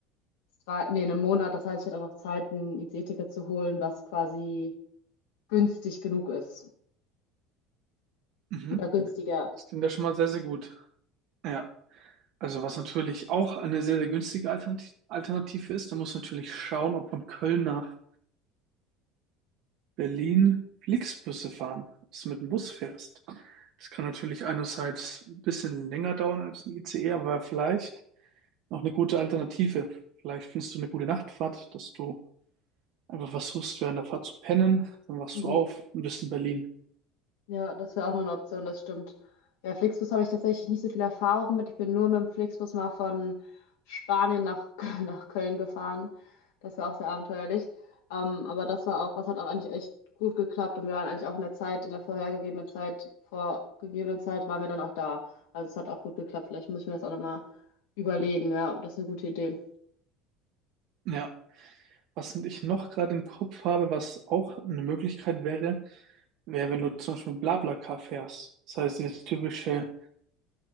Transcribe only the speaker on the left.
drei, nee, in einem Monat. Das heißt, ich hätte auch noch Zeit, ein ICE-Ticket zu holen, was quasi günstig genug ist.
Oder günstiger.
Mhm.
Ja, das wäre auch noch eine Option, das stimmt. Ja, Flixbus habe ich tatsächlich nicht so viel Erfahrung mit. Ich bin nur mit dem Flixbus mal von Spanien nach, <laughs> nach Köln gefahren. Das war auch sehr abenteuerlich. Ähm, aber das war auch, das hat auch eigentlich echt gut geklappt und wir waren eigentlich auch in der Zeit, in der vorhergegebenen Zeit, vorgegebenen Zeit, waren wir dann auch da. Also es hat auch gut geklappt. Vielleicht muss ich mir das auch nochmal überlegen, ja. Das ist eine gute Idee.